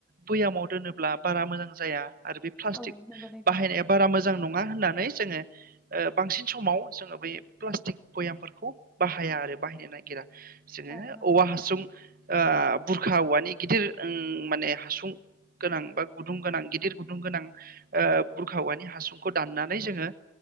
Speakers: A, on the right; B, in the centre.
A: बैयामाव दोनोब्ला बारा मोजां जाया आरो बे प्लास्टिक
B: औ नंगौ नोंथां
A: बाहायनाया बारा मोजां नङा होननानै जोङो ओ बांसिन। समाव जोङो बै प्लास्टिक बयामफोरखौ बाहाया आरो बाहायनो नागिरा जोङो
B: औ नंगौ
A: औवा
B: नोंथां
A: हासुं ओ बुरखा औवानि गिदिर ओं माने हासुं गोनां बा गुदुं गोनां गिदिर गुदुं गोनां ओ बुरखावानि हासुंखौ दाननानै जोङो।